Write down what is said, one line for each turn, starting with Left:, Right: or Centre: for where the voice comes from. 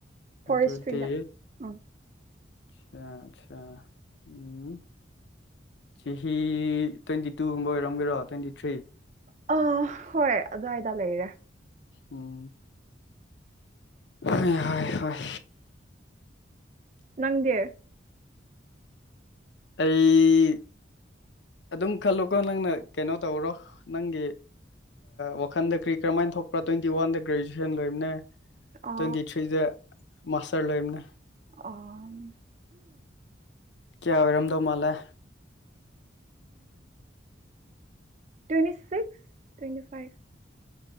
Right: ꯐꯣꯔꯦꯁꯇ꯭ꯔꯤꯗ
Left: ꯑꯗꯨꯗꯤ
Right: ꯎꯝ
Left: ꯁꯥ ꯑꯆꯥ ꯎꯝ ꯆꯤꯍꯤ ꯇ꯭ꯋꯦꯟꯇꯤ ꯇꯨꯒꯨꯝꯕ ꯑꯣꯏꯔꯝꯒꯦꯔꯣ ꯇ꯭ꯋꯦꯟꯇꯤ ꯊ꯭ꯔꯤ
Right: ꯑ ꯍꯣꯏ ꯑꯗ꯭ꯋꯥꯏꯗ ꯂꯩꯔꯦ
Left: ꯎꯝ ꯍ ꯍꯣꯏ ꯍꯣꯏ
Right: ꯅꯪꯗꯤ
Left: ꯑꯩ ꯑꯗꯨꯝ ꯈꯜꯂꯨꯀꯣ ꯅꯪꯅ ꯀꯩꯅꯣ ꯇꯧꯔꯣ ꯅꯪꯒꯤ ꯋꯥꯈꯟꯗ ꯀ꯭ꯔꯤ ꯀꯔꯝꯥꯏꯅ ꯊꯣꯛꯄ꯭ꯔꯥ ꯇ꯭ꯋꯦꯟꯇꯤ ꯋꯥꯟꯗ ꯒ꯭ꯔꯦꯖꯨꯑꯦꯁꯟ ꯂꯣꯏꯕꯅꯦ
Right: ꯑ
Left: ꯇ꯭ꯋꯦꯇꯤ ꯊ꯭ꯔꯤꯗ ꯃꯥꯁꯇꯔ ꯂꯣꯏꯕꯅꯦ
Right: ꯑꯣ
Left: ꯀꯌꯥ ꯑꯣꯏꯔꯝꯗꯧ ꯃꯥꯜꯂꯦ
Right: ꯇ꯭ꯋꯦꯟꯇꯤ ꯁꯤꯛꯁ ꯇ꯭ꯋꯦꯟꯇꯤ ꯐꯥꯏꯚ